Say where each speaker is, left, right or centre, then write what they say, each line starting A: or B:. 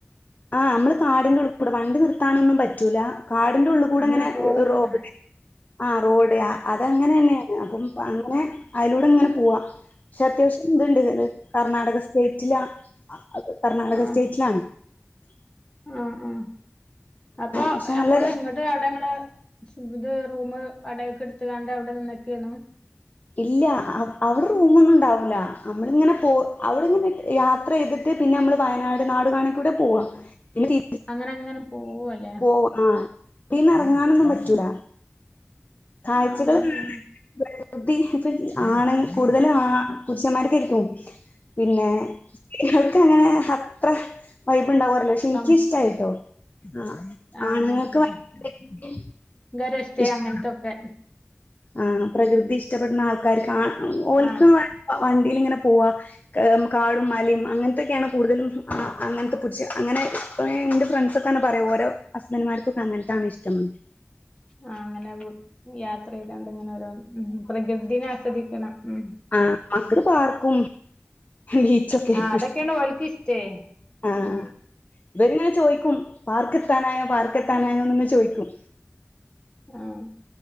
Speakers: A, on the left; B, on the left.
A: ആഹ് നമ്മള് കാടിന്റെ ഉള്ളിൽ കൂടെ വണ്ടി നിർത്താനൊന്നും പറ്റൂല കാടിന്റെ ഉള്ള കൂടെ
B: അങ്ങനെ
A: എങ്ങനെറോഡ്
B: പോകുമ്പോ ഇങ്ങനെ
A: ആ റോഡ ആ അത അങ്ങനെ തന്നെയാണ് അപ്പം അങ്ങനെ അതിലൂടെ ഇങ്ങനെ പോവാ പക്ഷെ അത്യാവശ്യം ഇതുണ്ട് കർണ്ണാടക സ്റ്റേറ്റില കർണാടക
B: ആഹ്
A: സ്റ്റേറ്റിലാണ് ഉ
B: ആ ഉ അപ്പൊ
A: പക്ഷെ
B: നമ്മള്
A: നല്ല
B: ഇങ്ങട്ട് അവിടങ്ങള് ഇത് റൂമ് വാടകക്ക് എടുത്തുകാണ്ട് അവിടെ നിന്നൊക്കെയു
A: ഇല്ല അവിടെ റൂമൊന്നും ഉണ്ടാവില്ല നമ്മളിങ്ങനെ പോ അവിടെ ഇങ്ങനെ യാത്ര ചെയ്തിട്ട് ട്ട് പിന്നെ നമ്മള് വയനാട് നാടു കാണിക്കൂടെ പോവാ പിന്നെ തി
B: അങ്ങനെ അങ്ങനെ പോവല്ലേ
A: പോ ആഹ പിന്ന ഇറങ്ങാനൊന്നും പറ്റൂല
B: ആ
A: കാഴ്ചകൾ
B: ആ ആ
A: പ്രകൃതി ആണ് കൂടുതല് ആ പുരുഷൻ മാർക്കെക്കും പിന്നെ നിൻക്കങ്ങനെ അത്ര വൈ്പ്ണ്ടാ വോറീറല പക്ഷെ ഇൻക്കിഷ്ടായിട്ടോ
B: കം
A: ആഹ
B: ആ
A: ആണുങ്ങൾക്ക്
B: അങ്ങനല്ലേ
A: ഭയങ്കരായിട്ട്
B: ഗരോ സ്റ്റേ
A: ഇഷ്ട
B: അങ്ങനത്തൊക്കെ
A: ആഹ പ്രകൃതി ഇഷ്ടപ്പെടുന്ന ആൾക്കാർക്ക് ആഹ ഓൽക്ക്
B: ആ
A: വണ്ടീല് ഇങ്ങനെ പോവാ കാടും മലയും അങ്ങനത്തൊക്കെയാണ് കൂടുതലും അങ്ങനത്തെ പുരുഷ അങ്ങനെ പ്പം ഇന്റെ ഫ്രണ്ട്സ് ഒക്കെന്നെ പറയും ഓരെ ഹസ്ബന്റ്മാർക്കൊക്കെ അങ്ങൻത്താണ് ഇഷ്ടംന്ന്
B: ആഹ അങ്ങനെ യാത്ര ചെയ്താണ്ട് ഇങ്ങനെ ഓരോന്ന് ഉം പ്രകൃതിനെ ആസ്വദിക്കണം ഉം
A: ആഹ മക്കള്ക്ക് പാർക്കും ബീച്ചൊക്കെ ആയിരിക്കും
B: ആഹ അതൊക്ക്യാണ്
A: ഇഷ്
B: ഓൽക്കിശ്‌ടേ
A: ആ
B: അഹ
A: ഇവരിങ്ങനെ ചോയ്ക്കും പാർക്കെത്താനായോ പാർക്കെത്താനായോന്ന് ങ്ങനെ ചോദിക്കും
B: ആഹ